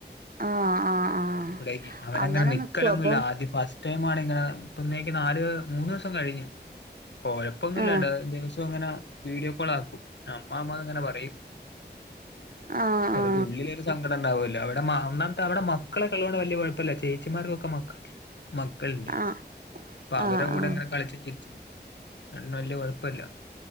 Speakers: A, on the right; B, on the left.
A: ആ ആ ആ
B: കയ്ഞ്ഞ് അവനങ്ങനെ
A: അങ്ങനെ
B: നിക്കലൊന്നുല്ല
A: നിക്കുവോ അപ്പം
B: ആദ്യ ഫ ട്ടൈമാണ് ഇങ്ങനെ ഇപ്പന്നേക്ക് നാല് മൂന്നൂസം കഴിഞ്ഞ് കൊഴ പ്പൊന്നുല്ല
A: ആ
B: ദിവസൊങ്ങന വീഡിയോ കോൾ ആക്കും അമ്മ അമ്മാന്ന് ഇങ്ങന പറയും
A: ആ
B: അല്ലെങ്കി
A: ആ
B: ഉള്ളില് സങ്കടണ്ടാവുല്ലോ അവടെ മ ഒന്നാമത്ത് അവടെ മക്കളെക്കെള്ളോണ്ട് വല്ല്യ കോഴപ്പല്ല ചേച്ചിമാർക്കൊക്കെ മക്ക മക്കൾണ്ടേ
A: ആ
B: പ്പൊ അവരെകൂടെങ്ങനെ
A: ആ ആ ആ
B: കളിച്ചുംചിരിച്ചും അതോണ്ട്ന്നേ വല്ല്യ കൊഴപ്പല്ല